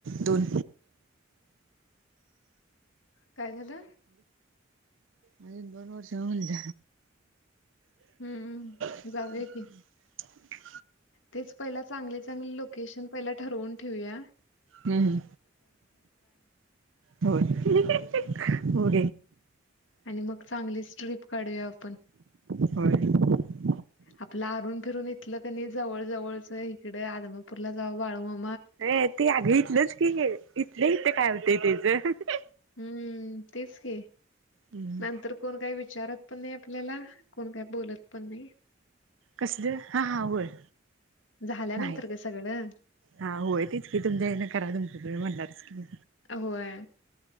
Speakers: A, on the right; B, on the left.
A: दोन
B: काहिजत
A: अज एंदो वषल ह
B: हम्म.
A: <inaudible>
B: जाऊया की. तेच पहि चांगली चांगली लोकेशन पहिला ठरवून ठेवया
A: हम्म हम् हो हो
B: आणि मग चांगलीच स्ट्रीप काढूया आपण
A: हो
B: आपलं आरून फिरून इथलं कनी जवळ जवळच इकडे आदमापूरला जाव बाळूमा
A: अर ते आग इथलंच की इथलं इथ काय होतंय त्याच
B: हम्म. तेच क
A: हम्म.
B: नंतर कोण काही विचारत पण नाही आपल्याला कोण काय बोलत पण नाही
A: कस हा हा होय
B: झाल्यानंतर
A: नाही
B: ग सगळं
A: हा होय त तेच की तुमच्याना करा तुम तुम्ही म्हणणारच की
B: अ आहे